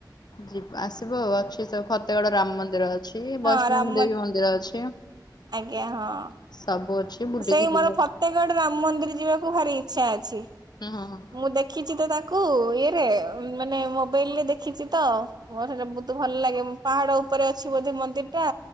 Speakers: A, on the left (about 65°); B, on the right (about 60°).
A: ଯି ଆସିବ ଅଛି ସବୁ ଫତେଗଡ ରାମ ମନ୍ଦିର ଅଛି। ଅଛି
B: ହଁ
A: ବୈଷ୍ଣବୀ
B: ରାମ
A: ଦେବୀ ମନ୍ଦିର ଅଛି
B: ଆଜ୍ଞା ହଁ
A: ସବୁ ଅଛି। ବୁଲିକି
B: ସେଇ
A: ଯିବ
B: ମୋର ଫତେଗଡ
A: ହୁଁ
B: ରାମ ମ ମନ୍ଦିର ଯିବାକୁ ଭାରି ଇଚ୍ଛା ଅଛି।
A: ହୁଁ ହୁଁ
B: ମୁଁ ଦେଖିଛି ତ ତାକୁ ଇଏ ରେ ମାନେ ମୋବାଇଲ ରେ ଦେଖିଛି ତ ମୋର ସେଟା ବହୁତ ଭଲ ଲାଗେ ପାହାଡ ଉପରେ ଅଛି ବୋଧେ ମନ୍ଦିର ଟା।